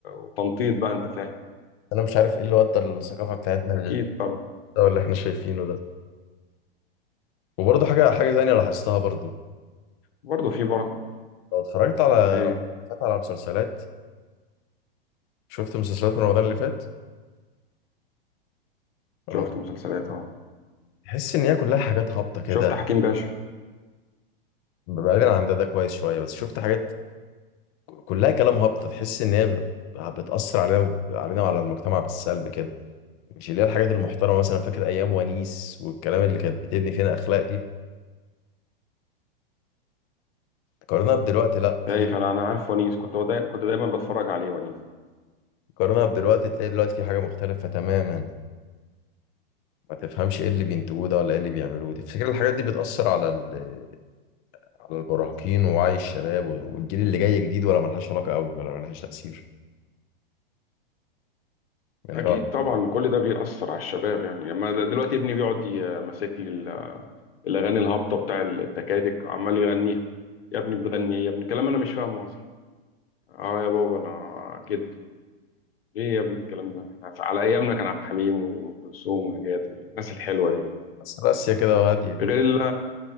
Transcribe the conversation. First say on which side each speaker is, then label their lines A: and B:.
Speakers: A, on the left; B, on the left.
A: وتنطيط بقى انت فاهم
B: أنا مش عارف إيه اللي ودى الثقافة بتاعتنا للمستوى
A: اكيد طبعا
B: اللي إحنا شايفينه ده وبرضه حاجة حاجة تانية لاحظتها برضه
A: برضه في برضه
B: لو اتفرجت على
A: ايه
B: رمضان اللي فات على مسلسلات شفت مسلسلات من رمضان اللي فات ولا
A: شفت
B: ما
A: مسلسلات اه
B: تحس ان هي كلها حاجات هابطه كده
A: شفت حكيم باشا
B: بعيدا عن ده ده كويس شويه بس شفت حاجات كلها كلام هابط تحس ان هي بتأثر علينا وب- علينا وعلى المجتمع بالسلب كده مش اللي هي الحاجات المحترمة مثلا فاكر ايام ونيس والكلام اللي كانت بتبني فينا اخلاق دي قارنها بدلوقتي لا في
A: ايه فانا انا عارف ونيس كنت دا... كنت دايما بتفرج عليه ونيس
B: قارنها بدلوقتي تلاقي دلوقتي في حاجة مختلفة تماما ما تفهمش ايه اللي بينتجوه ده ولا ايه اللي بيعملوه تفتكر الحاجات دي بتأثر على ال- على المراهقين ووعي الشباب والجيل اللي جاي جديد ولا ملهاش علاقة قوي ولا ملهاش تأثير يعني
A: اكيد
B: رأ-
A: طبعا كل ده بيأثر على الشباب يعني لما دلوقتي ابني بيقعد ي- ماسك لي ال- الاغاني الهابطه بتاع التكاتك عمال يغنيها يا ابني بتغني ايه يا ابني كلام انا مش فاهمه اصلا اه يا بابا انا كده ايه يا ابني الكلام ده احنا على ايامنا كان عبد الحليم وام كلثوم ونجاة والناس الحلوه دي
B: بس راسية كده وهادية
A: غير ال-